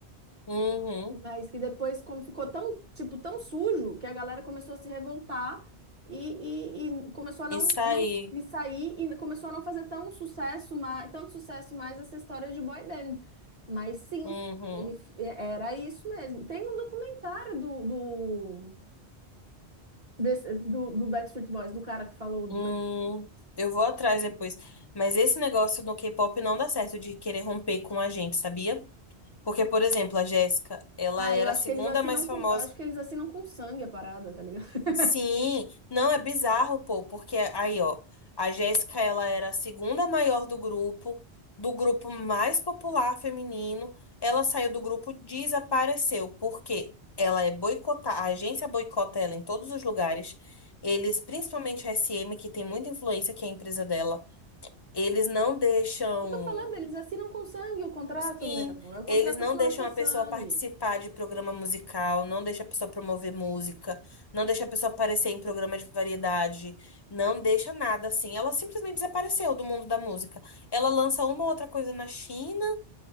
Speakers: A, on the left; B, on the right.
A: Uhum.
B: mas que depois, como ficou tão, tipo, tão sujo, que a galera começou a se revoltar e, e- e começou a não,
A: Isso aí.
B: não e sair e começou a não fazer tão sucesso mais, tanto sucesso mais essa história de boy band. Mas sim,
A: Uhum.
B: ele f- é, era isso mesmo. Tem um documentário do, do desse- do, do Backstreet Boys, do cara que falou do
A: Uhum.
B: Backstreet Boys.
A: Eu vou atrás depois. Mas esse negócio do K-pop não dá certo de querer romper com a gente, sabia? Porque, por exemplo, a Jéssica, ela
B: Ah,
A: era
B: eu acho
A: a segunda
B: que eles assinam
A: mais famosa.
B: com, acho que eles assinam com sangue a parada, tá ligado? <laughs>
A: Sim, não é bizarro, pô, porque aí, ó, a Jéssica, ela era a segunda maior do grupo, do grupo mais popular feminino. Ela saiu do grupo, desapareceu, porque ela é boicotada, a agência boicota ela em todos os lugares. Eles, principalmente a SM, que tem muita influência, que é a empresa dela, eles não deixam
B: Eu tô falando, eles assinam com sangue o contrato
A: Sim,
B: mesmo. É o contrato
A: eles não
B: assinado
A: deixam
B: com
A: a
B: sangue.
A: pessoa participar de programa musical, não deixa a pessoa promover música, não deixa a pessoa aparecer em programa de variedade, não deixa nada assim. Ela simplesmente desapareceu do mundo da música. Ela lança uma ou outra coisa na China